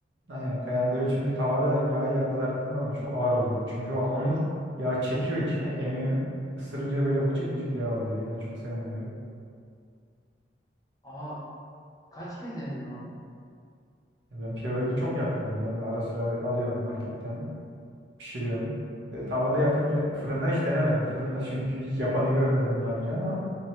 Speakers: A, on the right; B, on the left.
A: Aynen yani böyle çünkü tavada yağıyla kızarttığın zaman çok ağır oluyor. Çünkü o hamur yağ çekiyor içine, emiyor. Isırınca böyle vıcık vıcık yağ oluyor. Ben çok sevmiyorum öyle.
B: Ama kaç kez denedin onu?
A: Ben piyoragi çok yapıyorum ya. Ara sıra alıyorum marketten. pişiriyorum. Ve tavada yapınca fırında hiç denemedim. Fırında çünkü hiç yapanı görmedim daha önce ama